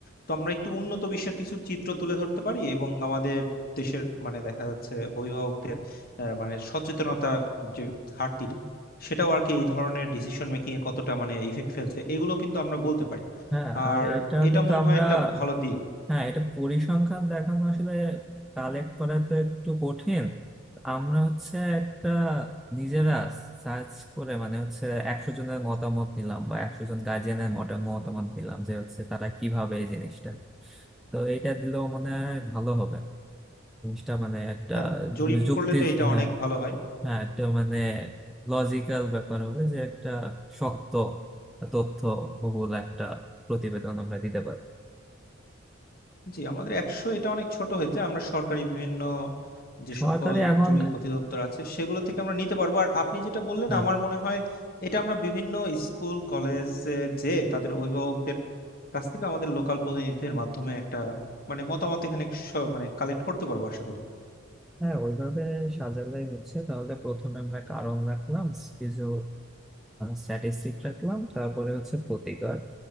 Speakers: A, on the left; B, in the centre.
A: তো আমরা একটু উন্নত বিশ্বের কিছু চিত্র তুলে ধরতে পারি এবং আমাদের দেশের মানে দেখা যাচ্ছে অভিভাবকদের আহ, মানে সচেতনতা যে ঘাটতিটা সেটাও আর কি এই ধরনের ডিসিশন মেকিং এ কতটা মানে ইফেক্ট ফেলছে এগুলো কিন্তু আমরা বলতে পারি
B: হ্যাঁ
A: আর
B: আর এটা
A: এটা
B: কিন্তু
A: মনে
B: আমরা
A: হয় একটা ভালো দিক
B: হ্যাঁ এটা পরিসংখ্যান দেখানো আসলে কালেক্ট করা তো একটু কঠিন আমরা হচ্ছে একটা নিজেরা সার্চ করে মানে হচ্ছে একশো জনের মতামত নিলাম বা একশো জন গার্জিয়ানের মতামত নিলাম যে হচ্ছে তারা কিভাবে এই জিনিসটা তো এটা দিলেও মনে হয় ভালো হবে জিনিসটা মানে একটা
A: হ্যাঁ জরিপ
B: যুক্তি
A: করলে তো এটা
B: হ্যাঁ
A: অনেক ভালো হয়
B: হ্যাঁ একটা মানে লজিক্যাল ব্যাপার হবে যে একটা শক্ত তথ্য বহুল একটা প্রতিবেদন আমরা দিতে পারবো
A: জি আমাদের একশো এটা অনেক ছোট হয়েছে আমরা সরকারি বিভিন্ন যে
B: সরকারি
A: সকল
B: এখন
A: জরুরি অধিদপ্তর আছে সেগুলো থেকে আমরা নিতে পারবো আর আপনি যেটা বললেন
B: হ্যাঁ
A: আমার মনে হয় এটা আমরা বিভিন্ন স্কুল কলেজে যে তাদের অভিভাবকদের কাছ থেকে আমাদের লোকাল প্রতিনিধিদের মাধ্যমে একটা মানে মতামত এখানে স- মানে কালেক্ট করতে পারবো আশা করি
B: হ্যাঁ ওইভাবে সাজালেই হচ্ছে তাহলে প্রথমে আমরা কারণ রাখলাম কিছু স্ট্যাটিস্টিক রাখলাম তারপরে হচ্ছে প্রতিকার